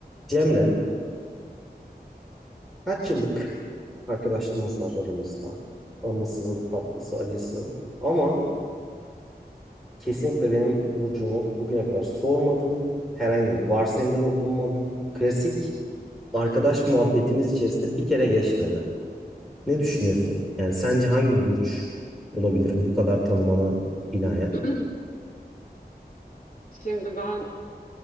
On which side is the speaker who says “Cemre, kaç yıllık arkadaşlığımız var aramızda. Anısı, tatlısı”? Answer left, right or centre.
Centre